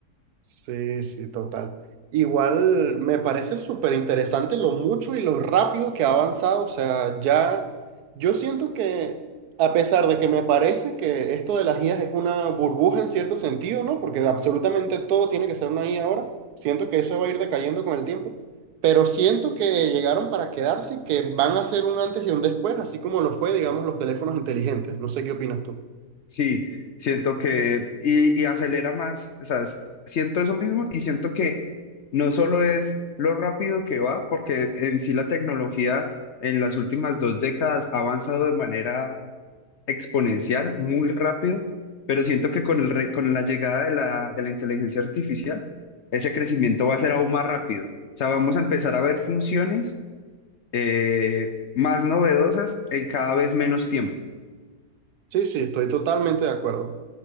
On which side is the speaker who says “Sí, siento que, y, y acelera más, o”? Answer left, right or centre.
Left